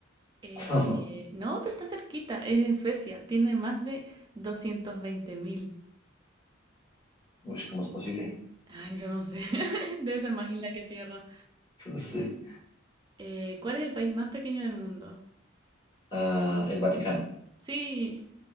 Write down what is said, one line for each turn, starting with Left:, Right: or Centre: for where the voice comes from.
Right: Eh,
Left: <laughs>
Right: no, pero está cerquita, es en Suecia. Tiene más de doscientos veinte mil.
Left: Uy, ¿cómo es posible?
Right: Ay, yo no sé. <laughs> Debe ser más isla que tierra.
Left: <laughs> Sí.
Right: Eh, ¿cuál es el país más pequeño del mundo?
Left: Ah, el Vaticano.
Right: Sí,